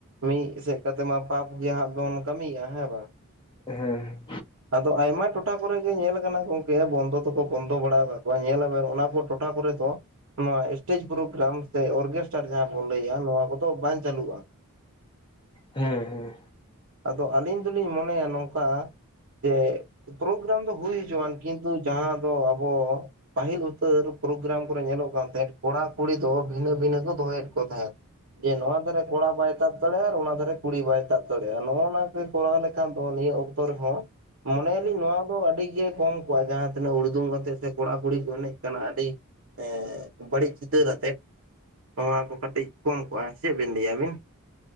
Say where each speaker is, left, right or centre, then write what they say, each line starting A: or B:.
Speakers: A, on the right; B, on the left.
A: ᱢᱤᱫ ᱥᱮᱜ ᱠᱟᱛᱮᱜ ᱢᱟ ᱯᱟᱯ ᱜᱮᱜ ᱦᱟᱸᱜ ᱵᱚᱱ ᱠᱟᱹᱢᱤᱭᱟ ᱦᱮᱸ ᱵᱟᱝ᱾
B: ᱦᱮᱸ᱾
A: ᱟᱫᱚ ᱟᱭᱢᱟ ᱴᱚᱴᱷᱟ ᱠᱚᱨᱮ ᱜᱮ ᱧᱮᱞ ᱠᱟᱱᱟ ᱜᱚᱝᱠᱮ ᱵᱚᱱᱫᱚ ᱫᱚᱠᱚ ᱵᱚᱱᱫᱚ ᱵᱟᱲᱟ ᱟᱠᱟᱜ ᱠᱚᱣᱟ ᱧᱮᱞᱟ ᱵᱮᱱ ᱚᱱᱟ ᱠᱚ ᱴᱚᱴᱷᱟ ᱠᱚᱨᱮ ᱫᱚ᱾ ᱱᱚᱣᱟ ᱮᱥᱴᱮᱡᱽ ᱯᱨᱳᱜᱽᱨᱟᱢ ᱥᱮ ᱚᱨᱜᱮᱥᱴᱟᱨ ᱡᱟᱦᱟᱸ ᱵᱚᱱ ᱞᱟᱹᱭᱟ ᱱᱚᱣᱟ ᱠᱚᱫᱚ ᱵᱟᱝ ᱪᱟᱹᱞᱟᱜ-ᱟ᱾
B: ᱦᱮᱸ ᱦᱮᱸ᱾
A: ᱟᱫᱚ ᱟᱞᱤᱧ ᱫᱩᱞᱤᱧ ᱢᱚᱱᱮᱭᱟ ᱱᱚᱝᱠᱟ ᱡᱮᱼᱼ ᱯᱨᱳᱜᱨᱟᱢ ᱫᱚ ᱦᱩᱭ ᱦᱚᱪᱚᱣᱟᱱ ᱠᱤᱱᱛᱩ ᱡᱟᱦᱟᱸ ᱫᱚ ᱟᱵᱚ ᱯᱟᱦᱤᱞ ᱩᱛᱟᱹᱨ ᱯᱨᱳᱜᱨᱟᱢ ᱠᱚᱨᱮ ᱧᱮᱞᱚᱜ ᱠᱟᱱ ᱛᱟᱦᱮᱸᱫ ᱠᱚᱲᱟ ᱠᱩᱲᱤ ᱫᱚ ᱵᱷᱤᱱᱟᱹ ᱵᱷᱤᱱᱟᱹ ᱠᱚ ᱫᱚᱦᱚᱭᱮᱫ ᱠᱚᱛᱷᱟᱭ ᱡᱮ ᱱᱚᱣᱟ ᱫᱷᱟᱨᱟ ᱠᱚᱲᱟ ᱵᱟᱭ ᱛᱟᱵᱽ ᱫᱟᱲᱮᱭᱟᱜᱼᱟ ᱟᱨ ᱚᱱᱟ ᱫᱷᱟᱨᱮ ᱠᱩᱲᱤ ᱵᱟᱭ ᱛᱟᱵᱽ ᱫᱟᱲᱮᱭᱟᱜᱼᱟ ᱱᱚᱜᱼᱚ ᱱᱟ ᱜᱮ ᱠᱚᱨᱟᱣ ᱞᱮᱠᱷᱟᱱ ᱫᱚ ᱱᱤᱭᱟᱹ ᱚᱠᱛᱚ ᱨᱮᱦᱚᱸ ᱢᱚᱱᱮᱭᱟᱞᱤᱧ ᱱᱚᱶᱟ ᱫᱚ ᱟᱹᱰᱤᱜᱮ ᱠᱚᱢ ᱠᱚᱜᱼᱟ ᱡᱟᱦᱟᱸ ᱛᱤᱱᱟᱹᱜ ᱩᱲᱫᱟᱹᱝ ᱠᱟᱛᱮᱜ ᱥᱮ ᱠᱚᱲᱟ ᱠᱩᱲᱤ ᱠᱚ ᱮᱱᱮᱡ ᱠᱟᱱᱟ ᱟᱰᱤ ᱮᱸᱻ ᱵᱟᱹᱲᱤᱡ ᱪᱤᱛᱟᱹᱨ ᱟᱛᱮᱫ ᱱᱚᱣᱟ ᱠᱚ ᱠᱟᱹᱴᱤᱡ ᱠᱚᱢ ᱠᱚᱜᱼᱟ ᱪᱮᱫ ᱵᱤᱱ ᱞᱟᱹᱭᱟ ᱟᱵᱤᱱ?